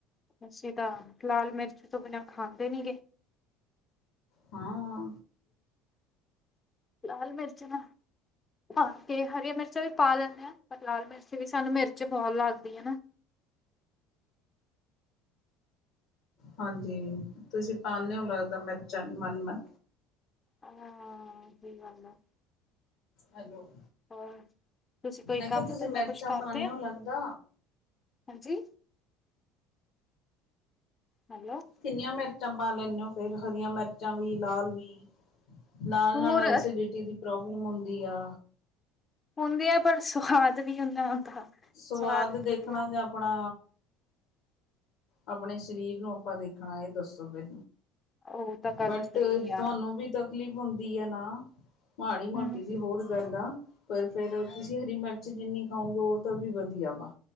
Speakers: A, on the left; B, on the left.
A: ਅਸੀਂ ਤਾਂ ਲਾਲ ਮਿਰਚ ਤੋਂ ਬਿਨਾਂ ਖਾਂਦੇ ਨੀ ਗੇ
B: ਹਾਂ
A: ਲਾਲ ਮਿਰਚ ਨਾ ਹਾਂ ਤੇ ਹਰੀ ਮਿਰਚਾਂ ਵੀ ਪਾ ਲੈਂਦੇ ਹਾਂ ਪਰ ਲਾਲ ਮਿਰਚ ਵੀ ਸਾਨੂੰ ਮਿਰਚ ਬਹੁਤ ਲੱਗਦੀ ਹੈ ਨਾ
B: ਹਾਂਜੀ ਤੁਸੀਂ ਪਾਂਦੇ ਹੋ ਲੱਗਦਾ ਮਿਰਚਾਂ ਮਨਮਨ
A: ਹਾਂ ਸਹੀ ਗੱਲ ਅ
B: ਹੈਲੋ
A: ਹੋਰ ਤੁਸੀਂ ਕੋਈ
B: ਮੈਂ
A: ਕੰਮ
B: ਕਿਹਾ ਤੁਸੀਂ
A: ਤੰਦਾ
B: ਮਿਰਚਾਂ
A: ਕੁਛ ਕਰਦੇ
B: ਪਾਉਂਦੇ
A: ਐ
B: ਹੋ ਲੱਗਦਾ
A: ਹਾਂਜੀ ਹੈਲੋ
B: ਕਿੰਨੀਆਂ ਮਿਰਚਾਂ ਪਾ ਲੈਂਦੇ ਹੋ ਫੇਰ ਹਰੀਆਂ ਮਿਰਚਾਂ ਵੀ ਲਾਲ ਵੀ ਲਾਲ
A: ਹੋਰ
B: ਨਾਲ ਐਸੀਡਿਟੀ ਦੀ ਪ੍ਰੋਬਲਮ ਹੁੰਦੀ ਆ
A: ਹੁੰਦੇ ਆ ਪਰ ਸੁਆਦ ਵੀ ਉਨਾ ਹੁੰਦਾ
B: ਸਵਾਦ
A: ਵੀ
B: ਦੇਖਣਾ
A: ਵਧੀਆ
B: ਜਾਂ ਆਪਣਾ ਆਪਣੇ ਸਰੀਰ ਨੂੰ ਆਪਾਂ ਦੇਖਣਾ ਇਹ ਦੱਸੋ ਫਿਰ
A: ਉਹ ਤਾਂ ਗੱਲ
B: ਬਟ
A: ਸਹੀ
B: ਤੁਹਾਨੂੰ
A: ਆ
B: ਵੀ ਤਾਂ ਤਕਲੀਫ਼ ਹੁੰਦੀ ਹੈ ਨਾ ਮਾੜੀ ਮੋਟੀ
A: ਹਮ
B: ਦੀ
A: ਹਾਂ
B: ਹੋਰ ਗੱਲ ਆ ਪਰ ਫੇਰ ਤੁਸੀਂ ਹਰੀ ਮਿਰਚ ਜਿੰਨੀ ਖਾਓਗੇ ਉਹ ਤਾਂ ਵੀ ਵਧੀਆ ਵਾ